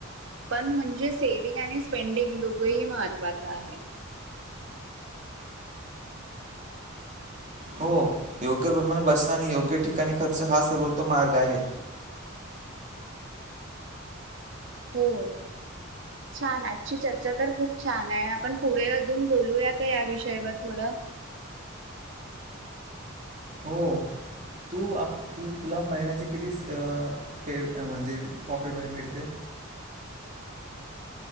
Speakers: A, on the right; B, on the right.
A: पन म्हणजे सेव्हिंग आणि स्पेंडिंग दोघंही महत्त्वाच आहे.
B: हो योग्य प्रमाणात बचत आणि योग्य ठिकाणी खर्च हा सर्वोत्तम मार्ग आहे.
A: हो. छान आजची चर्चा तर खूप छान आहे आपण पुढे अजून बोलूया का या विषयवर थोडं <unintelligible>
B: हो तू तुला महिन्याचे किती पे म्हणजे पॉकेट मनी मिळते
A: <unintelligible>